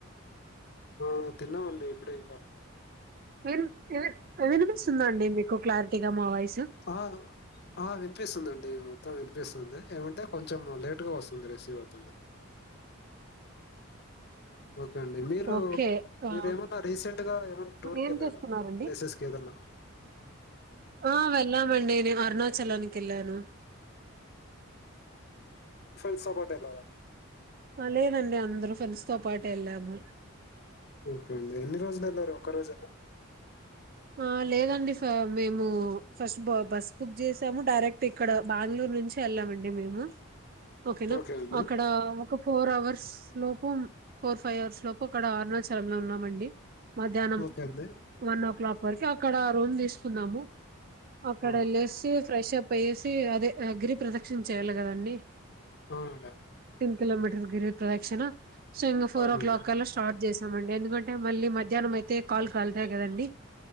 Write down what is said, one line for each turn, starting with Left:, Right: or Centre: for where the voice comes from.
Left: ఆ తిన్నమండి ఇప్పుడే ఇంకా
Right: విం విం వినిపిస్తుందాండి మీకు క్లారిటీగా మా వాయిస్
Left: ఆవ్ ఆ వినిపిస్తుందండి మొత్తం వినిపిస్తుంది ఏమంటే కొంచెం లేటుగా వస్తుంది రిసీవ్ అవుతుందంతే ఓకే అండి మీరు
Right: ఓకే ఆ
Left: మీరమన్నా రీసెం ట్ గా ఏమన్నా టూర్
Right: ఏం
Left: కి వెళ్ళారండి
Right: చేస్తున్నారండి
Left: ప్లేసెస్ కి ఏదన్నా
Right: ఆ వెళ్ళామండి నేను అరుణాచలానికి వెళ్ళాను
Left: సోపోటెల్లారా
Right: హ లేదండి అందరూ ఫ్రెంస్ తో పాటేళ్ళము
Left: ఓకే అండి ఎన్ని రోజులు వెళ్లారు ఒక్కరోజేన
Right: ఆ లేదండి సా మేము ఫస్ట్ బ బస్ బుక్ జేసాము డైరెక్ట్ ఇక్కడ బ్యాంగ్ల్యూర్ నుంచి వెళ్ళామండి మేము ఓకేనా
Left: ఓకే అండి
Right: అక్కడ ఒక ఫోర్ హవర్స్ లోపు ఫోర్ ఫైవ్ అవర్స్ లోపు అక్కడ అరుణాచలం లో ఉన్నామండి మధ్యాహ్నం
Left: ఓకే అండి
Right: వన్ ఓ క్లాక్ వరకి అక్కడ రూమ్ తీసుకున్నాము అక్కడ
Left: ఆ,
Right: వెళ్ళేసి ఫ్రెష్ అప్ అయ్యేసి అదే గిరి ప్రదక్షిణ చేయ్యాలి గదండి
Left: అవుడ
Right: కిలోమీటర్ గిరి ప్రదక్షణ సో ఇంకా ఫోర్
Left: అవునండి
Right: ఓ క్లాక్ కల్లా స్టార్ట్ చేస్ స్తామండి ఎందుకంటే మళ్ళీ మధ్యాహ్నం అయితే కాల్ కళ్తాయి కదండి